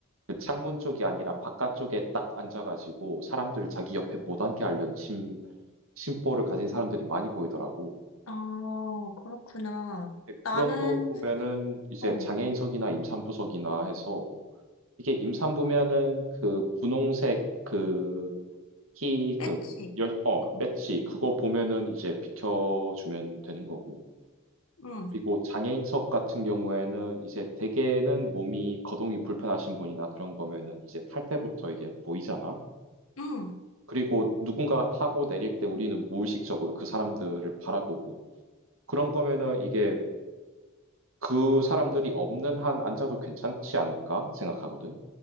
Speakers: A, on the right (about 70°); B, on the left (about 75°).
A: 그 창문 쪽이 아니라 바깥쪽에 딱 앉아가지고 사람들을 자기 옆에 못 앉게 하려는 심, 심보를 가진 사람들이 많이 보이더라고.
B: 아, 그렇구나.
A: 근데
B: 나는,
A: 그런 거 보면은 이제
B: 어,
A: 장애인석이나 임산부석이나 해서 이게 임산부면은 그 분홍색 그키그
B: 그치?
A: 여, 어,
B: 어,
A: 배지 그거 보면은 이제 비켜주면 되는 거고.
B: 응,
A: 그리고 장애인석 같은 경우에는 이제 대개는 몸이 거동이 불편하신 분이나 그런 거면은 이제 탈 때부터 이게 보이잖아.
B: 응.
A: 그리고 누군가가 타고 내릴 때 우리는 무의식적으로 그 사람들을 바라보고 그런 거면은 이게 그 사람들이 없는 한 앉아도 괜찮지 않을까 생각하거든.